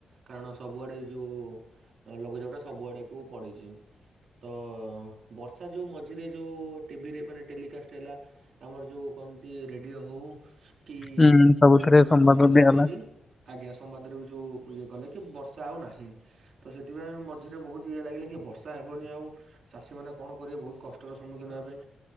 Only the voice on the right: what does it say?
କାରଣ ସବୁଆଡେ ଏଇ ଯୋଉ ଲଘୁଚାପ ଟା ସବୁଆଡେ କୁ ପଡିଛି। ତ ବର୍ଷା ଯୋଉ ମଝିରେ ଯୋଉ ଟିଭିରେ ମାନେ ଟେଲିକାଷ୍ଟ୍ ହେଲା ଆମର ଯେଉ କହନ୍ତି ରେଡ଼ିଓ ହେଉ କି
ଦୂରଦର୍ଶନ
ଯେମିତି
ରହିଛି। ଆଜ୍ଞା ସମ୍ବାଦରେ ବି ଯୋଉ ଇଏ କଲେ କି ବର୍ଷା ଆଉ ନାହିଁ। ତ ସେଥିପାଇଁ ମଝିରେ ବହୁତ ଇଏ ଲାଗିଲା କି ବର୍ଷା ହେବନି ଆଉ ଚାଷୀମାନେ କଣ କରିବେ ବହୁତ କଷ୍ଟ ର ସମ୍ମୁଖୀନ ହେବେ।